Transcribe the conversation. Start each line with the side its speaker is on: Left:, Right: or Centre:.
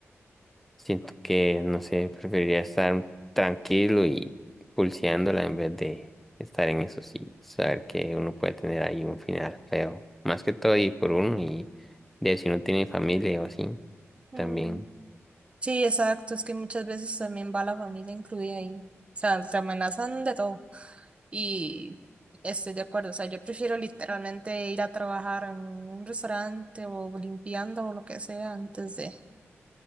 Centre: Siento que, no sé, preferiría estar tranquilo y pulseándola en vez de estar en eso, sí, saber que uno puede tener ahí un final feo, más que todo y por uno y de si no tiene familia o así,
Right: Mm,
Centre: también.
Right: Sí, exacto, es que muchas veces también va la familia incluida ahí. O sea, te amenazan de todo. Y estoy de acuerdo, o sea, yo prefiero literalmente ir a trabajar en un restaurante o limpiando o lo que sea antes de,